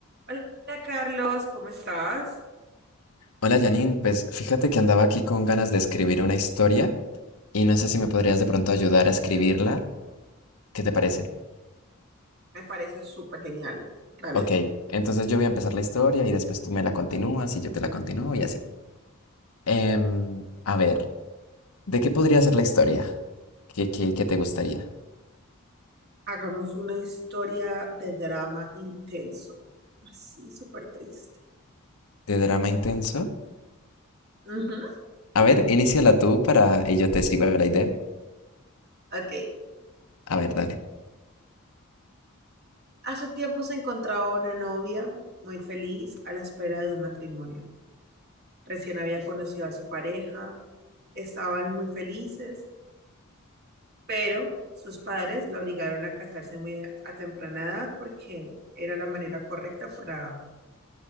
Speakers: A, on the right (about 45°); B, on the left (about 80°).
A: Hola Carlos, ¿cómo estás?
B: Hola Janine, pues fíjate que andaba aquí con ganas de escribir una historia y no sé si me podrías de pronto ayudar a escribirla. ¿Qué te parece?
A: Me parece súper genial. Vale,
B: Ok, entonces yo voy a empezar la historia y después tú me la continúas y yo te la continúo y así. Em, a ver, ¿de qué podría ser la historia? ¿Qué, qué, qué te gustaría?
A: hagamos una historia de drama intenso. Así, súper triste.
B: ¿De drama intenso?
A: Ujú,
B: A ver, iníciala tú para y yo te sigo la idea.
A: Ok.
B: A ver, dale.
A: Hace tiempo se encontraba una novia muy feliz a la espera de un matrimonio. Recién había conocido a su pareja, estaban muy felices, pero sus padres la obligaron a casarse muy a a temprana edad porque era la manera correcta para